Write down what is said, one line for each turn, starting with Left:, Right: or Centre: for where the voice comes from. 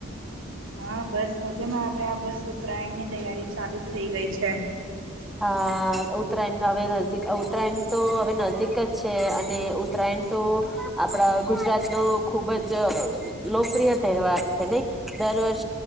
Right: હા બસ મજામાં આવે આ બસ ઉત્તરાયણની તૈયારી ચાલુ થઇ ગઈ છે.
Centre: હા ઉત્તરાયણ હવે નક ઉત્તરાયણ તો હવે નજીક જ છે અને ઉત્તરાયણ તો આપડા ગુજરાત નો ખુબ જ લોકપ્રિય તહેવાર છે ને દર વર્ષે